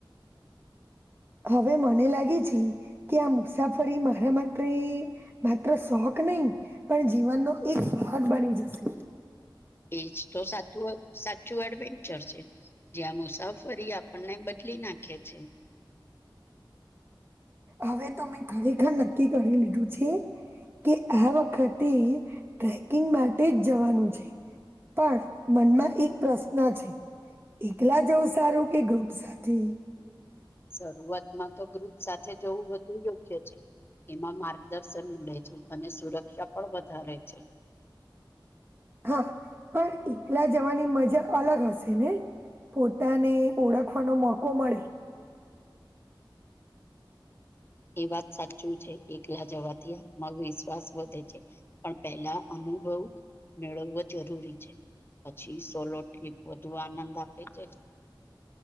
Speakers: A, on the right; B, on the left.
A: હવે મને લાગે છે, કે આ મુસાફરી મારા માટે માત્ર શોખ નહી પણ જીવનનો એક ભાગ બની જશે.
B: એજ તો સાચું સાચું એડવેન્ચર છે. જ્યાં મુસાફરી આપણને બદલી નાખે છે.
A: હવે તો મેં ખરેખર નક્કી કરી લીધું છે. કે આ વખતે ટ્રેકિંગ માટે જ જવાનું છે. પણ મનમાં એક પ્રશ્ન છે. એકલા જવું સારું કે ગ્રુપ સાથે?
B: શરૂઆતમાં તો ગ્રુપ સાથે જવું વધુ યોગ્ય છે. એમાં માર્ગદર્શન મળે છે અને સુરક્ષા પણ વધારે છે.
A: હા. પણ એકલા જવાની મજા અલગ હશે ને? પોતાને ઓળખવાનો મોકો મળે.
B: એ વાત સાચું છે. એકલા જવાથી આત્મવિશ્વાસ વધે છે, પણ પહેલા અને અનુભવ મેળવવો જરૂરી છે. પછી સોલો ટ્રીપ વધુ આનંદ આપે છે.